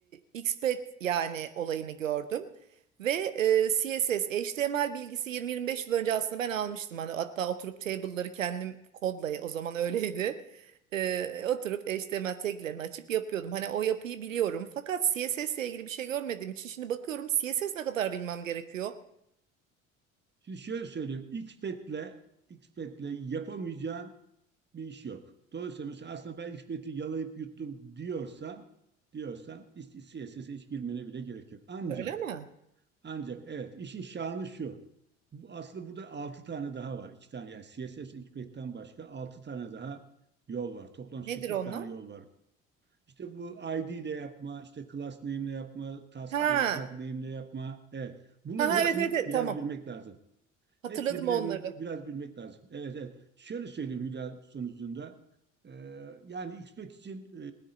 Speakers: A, on the right; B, on the right.
A: e, XPath yani olayını gördüm. Ve e, CSS, HTML bilgisi 20-25 yıl önce aslında ben almıştım. Hani hatta oturup table'ları kendim kodla o zaman öyleydi. E, oturup HTML taglerini açıp yapıyordum. Hani o yapıyı biliyorum. Fakat CSS ile ilgili bir şey görmediğim için şimdi bakıyorum CSS ne kadar bilmem gerekiyor.
B: Şimdi şöyle söyleyeyim. Xpet'le Xpet'le yapamayacağın bir iş yok. Dolayısıyla mesela aslında ben Xpet'i yalayıp yuttum diyorsan diyorsan C S CSS'e hiç girmene bile gerek yok. Ancak
A: Öyle mi?
B: ancak evet işin şanı şu. Bu, aslında burada 6 tane daha var. iki tane yani C S CSS Xpet'ten başka 6 tane daha yol var. Toplam
A: Nedir
B: 8
A: onlar?
B: tane yol var. İşte bu I D ile yapma, işte class name ile yapma, task,
A: Ha.
B: e, tag name ile yapma. Evet. Bunların
A: Ha ha,
B: hepsini
A: evet evet, evet
B: biraz
A: tamam.
B: bilmek lazım.
A: Hatırladım
B: Hepsini bile
A: onları.
B: bir- biraz bilmek lazım. Evet, evet. Şöyle söyleyeyim Hülya sonucunda. Ee, yani XPET için e,